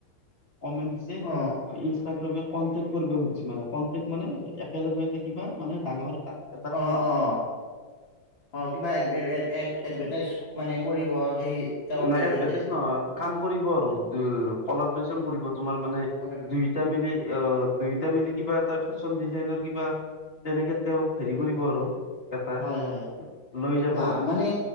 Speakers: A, on the left; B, on the left.
A: কমেণ্ট দিছে
B: অ
A: ইনষ্টাগ্ৰামে কনটেক্ট কৰিবা খুদিছি মানে কনটেক্ট মানে একেলগ এটা কিবা মানে ডাঙৰ তাত
B: অ', অ'। অ', কিবা <unintelligible> এডভাৰটাইজ মানে কৰিব আৰু সেই তেওঁৰ
A: নাই
B: জৰিয়তে
A: এডভাৰটাইজ নহয় কাম কৰিব আৰু কলাবৰেচন কৰিব তোমাৰ মানে
B: অ
A: দুইটা মিলি অ', দুই মেলি কিবা এটা ফেশ্বন ডিজাইনৰ কিবা তেনেকে তেওঁ হেৰি কৰিব আৰু এটা
B: হয়, হয়
A: লৈ যাব
B: বা মানে